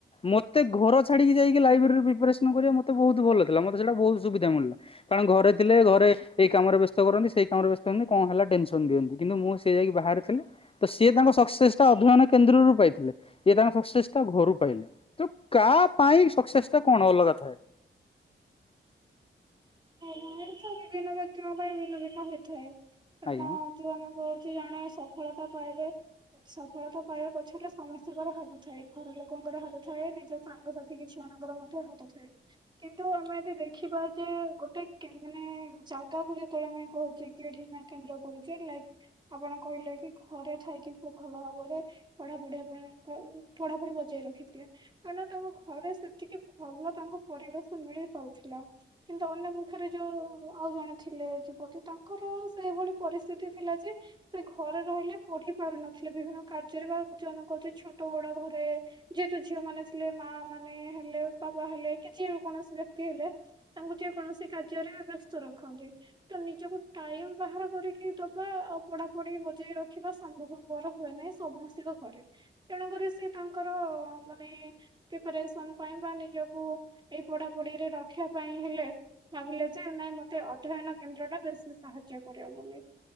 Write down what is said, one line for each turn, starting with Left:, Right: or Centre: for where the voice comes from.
Left: ମତେ ଘର ଛାଡିକି ଯାଇକି ଲାଇବ୍ରେରୀ ପ୍ରିପାରେସନ କରିବା ମତେ ବହୁତ ଭଲ ଥିଲା ମତେ ସେଟା ବହୁତ ସୁବିଧା ମିଳିଲା କାରଣ ଘରେ ଥିଲେ ଘରେ ଏଇ କାମରେ ବ୍ୟସ୍ତ କରନ୍ତି ସେଇ କାମରେ ବ୍ୟସ୍ତ ହୁଅନ୍ତି କଣ ହେଲା ଟେନସନ ଦିଅନ୍ତି କିନ୍ତୁ ମୁଁ ସେ ଯାଇକି ବାହାରେ ଥିଲେ ତ ସିଏ ତାଙ୍କ ସକ୍ସେସ୍ ଟା ଅଧ୍ୟୟନ କେନ୍ଦ୍ର ରୁ ପାଇଥିଲେ ଇଏ ତାଙ୍କ ସକ୍ସେସ୍ ଟା ଘରୁ ପାଇଲେ ତ କାହା ପାଇଁ ସକ୍ସେସ ଟା କଣ ଅଲଗା ଥାଏ।
Right: ହେ ଏ ତ ବିଭିନ୍ନ ବ୍ୟକ୍ତିଙ୍କ ପାଇଁ ଭିନ୍ନ ଭି ହୋଇଥାଏ। କାରଣ
Left: ଆଜ୍ଞା।
Right: ଯୋଉ ମାନଙ୍କ କିଛି ଜଣେ ସଫଳତା ପାଇଲେ ସଫଳତା ପାଇବା ପଛରେ ସମସ୍ତଙ୍କର ହାତ ଥାଏ ଘର ଲୋକଙ୍କର ହାତ ଥାଏ ନିଜ ସାଙ୍ଗସାଥି କିଛି ଜଣଙ୍କର ମଧ୍ୟ ହାତ ଥାଏ। କିନ୍ତୁ ଆମେ ଯଦି ଦେଖିବା ଯେ ଗୋଟେ ମାନେ ଜାଗାକୁ ଯେତେବେଳେ ଆମେ କହୁଛେ କି ଢିମା କେନ୍ଦ୍ର କରୁଛେ ଲାଇକ ଆପଣ କହିଲେ କି ଘରେ ଥାଇକି ସେ ଭଲ ଭାବରେ ପଢାପଢି ଆପଣଙ୍କ ପଢାପଢି ବଜେଇ ରଖିଥିଲେ କାହିଁନା ତାଙ୍କ ଘରେ ସେତିକି ଭଲ ତାଙ୍କ ପରିବେଶ ମିଳିପାରୁଥିଲା କିନ୍ତୁ ଅନ୍ୟ ଖରେ ଯୋଉ ଆଉ ଜଣେ ଥିଲେ ଯୁବତୀ ତାଙ୍କର ସେଇଭଳି ପରିସ୍ଥିତି ଥିଲା ଯେ ସେ ଘରେ ରହିଲେ ପଢି ପାରୁନଥିଲେ ବିଭିନ୍ନ କାର୍ଯ୍ୟରେ ବା ଯୋଉ ଆମେ କହୁଛେ ଛୋଟ ବଡ ଘରେ ଯେହେତୁ ଝିଅ ମାନେ ଥିଲେ ମା ମାନେ ହେଲେ ବାବା ହେଲେ କି ଯିଏ କୌଣସି ବ୍ୟକ୍ତି ହେଲେ ତାଙ୍କୁ ଯିଏ କୌଣସି କାର୍ଯ୍ୟରେ ବ୍ୟସ୍ତ ରଖନ୍ତି ତ ନିଜକୁ ଟାଇମ ବାହାର କରିକି ଦବା ପଢ଼ାପଢ଼ି ବଜେଇ ରଖିବା ସମ୍ଭବପର ହୁଏ ନାହିଁ ସମସ୍ତଙ୍କ ଘରେ ତେଣୁକରି ସେ ତାଙ୍କର ମାନେ ପ୍ରିପାରେସନ ପାଇଁ ବା ନିଜକୁ ଏଇ ପଢାପଢ଼ିରେ ରଖିବା ପାଇଁ ହେଲେ ଭାବିଲେ ଯେ ନାଇଁ ମତେ ଅଧ୍ୟୟନ କେନ୍ଦ୍ର ଟା ବେଶୀ ସାହାଯ୍ୟ କରିବ ବୋଲି।